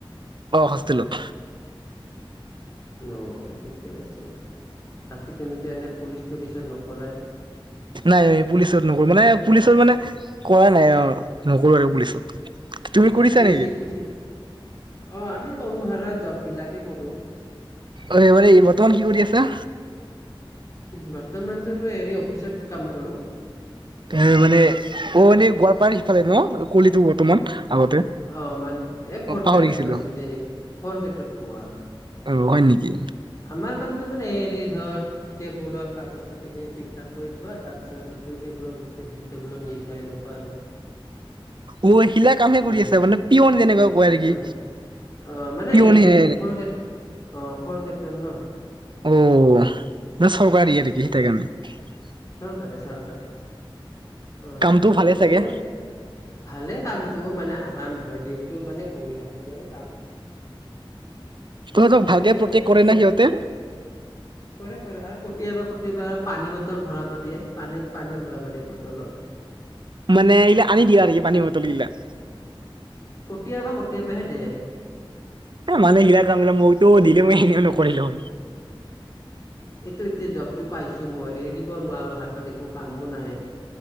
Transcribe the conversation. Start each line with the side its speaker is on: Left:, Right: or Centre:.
Right: অ হোষ্টেলত
Left: অঁ ঠিকে আছে বাকী তুমিতো এনে পুলিচ তুলিচত নকৰাই
Right: নাই পুলিচত নকৰো মানে পুলিচত মানে কৰা নাই আৰু নকৰো আৰু পুলিচত তুমি কৰিছা
Left: এ পি
Right: নেকি
Left: চি উ পি চি অ আমি সৰু সোৰা জব বিলাকে কৰো
Right: অ এইবাৰে বৰ্তমান কি কৰি আছা
Left: বৰ্তমানটো মই হেৰি অফিচত কাম কৰোঁ
Right: এ মানে অ', এনেই গোৱালপাৰাৰ সিফালে ন কলিটো বৰ্তমান। আগতে
Left: অ', মানে এ ফৰ্থ
Right: পাহৰি
Left: গ্ৰেটত
Right: গৈছিলো
Left: পাইছোঁ যে এই ফ'ৰ্থ গ্ৰেটত পোৱা।
Right: অ হয় নেকি?
Left: আমাৰ কামটো মানে হেৰি ধৰ টেবুলৰ কাগজ পাতি খিনি ঠিক ঠাক কৰি থোৱা তাৰপিছত ইটো টেবুলৰ বস্তু সেইটো টেবুলত নি ঠোৱা সেনেকুৱা আৰু।
Right: অ', শিলা কামহে কৰি
Left: উম,
Right: আছে মানে পিয়ন যেনেকুৱা কোৱা নেকি।
Left: অ' অ', মানে
Right: পিয়ন
Left: হেৰি
Right: হে
Left: ফৰ গ্ৰেট অ ফ'ৰ গ্ৰেটৰ ন।
Right: অ', বচ চৰকাৰী আৰু কি সেইটাকে মানে।
Left: চৰকাৰী চৰকাৰে অ
Right: কামটো ভালে চাগে
Left: এনেই ভালে কামটো মানে আৰাম হয় দিনটো মানে বহি থাকিবই কাম
Right: তহঁতক
Left: অ
Right: ভালকে
Left: কেতিয়াবা
Right: প্ৰটেক্ট
Left: কেতিয়াবা
Right: কৰে না সিহঁতে
Left: কৰে কৰে আৰু কেতিয়াবা প্ৰতিবাৰ পানী বটল ভৰাব দিয়ে পানীত পানী ভৰাব দিয়ে বটলত
Right: মানে এইিলা আনি দিয়া আৰু কি পানীৰ বটল এইিলা
Left: কেতিয়বা <unintelligible>
Right: মানহ গিলাক কামিল মোকতো দিলে মই এনেও নকৰিলে ম
Left: এইটো এতিয়া জবতটো পাইছো মই এৰি দিব নোৱাৰো হাতত একো কামো নাই